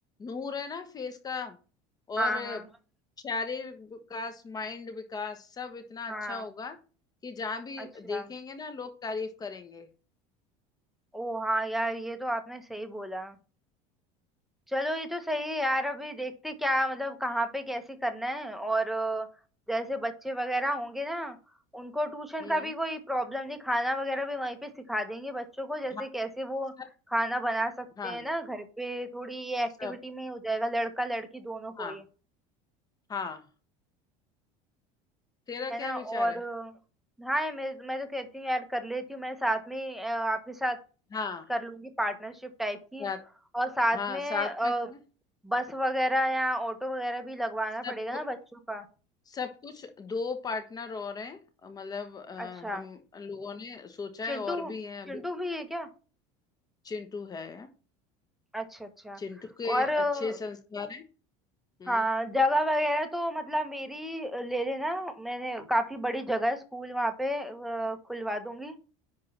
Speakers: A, on the left (about 25°); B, in the centre.
A: नूर है ना फेस का और
B: हाँ हाँ
A: शारीरिक विकास माइंड विकास सब इतना
B: हाँ
A: अच्छा होगा कि जहाँ भी
B: अच्छा
A: देखेंगे ना लोग तारीफ करेंगे
B: ओ हाँ यार ये तो आपने सही बोला चलो ये तो सही है यार अभी देखते क्या मतलब कहाँ पे कैसे करना है और अ, जैसे बच्चे वगैरह होंगे ना उनको ट्यूशन
A: हम्म
B: का भी कोई प्रॉब्लम नहीं खाना वगैरह भी वहीं पे सिखा देंगे बच्चों को जैसे
A: हाँ
B: कैसे वो
A: सब
B: खाना बना सकते
A: हाँ
B: हैं ना घर पे थोड़ी ये
A: सब
B: एक्टिविटी में ही हो जाएगा लड़का लड़की दोनों को
A: हाँ
B: ही
A: हाँ तेरा
B: है
A: क्या
B: ना और
A: विचार है
B: अ, हाँ मैं मैं तो कहती हूँ यार कर लेती हूँ मैं साथ में अ, आपके साथ
A: हाँ
B: कर लूंगी पार्टनरशिप टाइप की
A: साथ
B: और साथ
A: हाँ
B: में
A: साथ
B: अ,
A: में करें
B: बस वगैरह या ऑटो वगैरह भी लगवाना
A: सब
B: पड़ेगा
A: कुछ
B: ना बच्चों का
A: सब कुछ दो पार्टनर और हैं मतलब अ,
B: अच्छा
A: हम लोगों ने सोचा है
B: चिंटू
A: और भी हैं अभी
B: चिंटू भी है क्या
A: चिंटू है
B: अच्छा अच्छा
A: चिंटू के
B: और अ,
A: अच्छे संस्कार हैं हम्म
B: हाँ जगह वगैरह तो मतलब मेरी ले लेना मैंने काफी बड़ी जगह है स्कूल वहाँ पे अ, खुलवा दूंगी